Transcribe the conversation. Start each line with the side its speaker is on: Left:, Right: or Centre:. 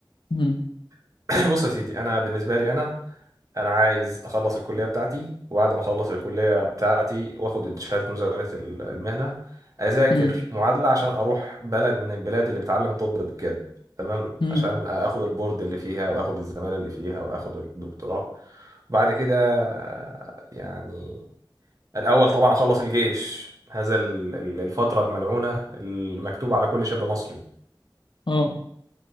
Left: مم،
Right: <clears throat> بص يا سيدي انا بالنسبه لي انا انا عايز اخلص الكليه بتاعتي وبعد ما اخلص الكليه بتاعتي واخد شهاده مزاوله ال- المهنه اذاكر
Left: مم،
Right: معادله عشان اروح بلد من البلاد اللي بتعلم طب بجد تمام
Left: مم،
Right: عشان اخد البورد اللي فيها واخد الزماله اللي فيها واخد الدكتوراه وبعد كده آه، يعني الأول طبعا أخلص الجيش هذا ال- ال- الفترة الملعونة المكتوبة على كل شاب مصري
Left: اه